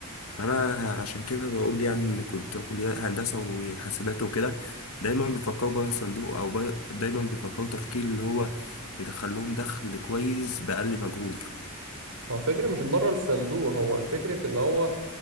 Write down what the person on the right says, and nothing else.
هو فكرة مش بره الصندوق هو الفكرة اللي هو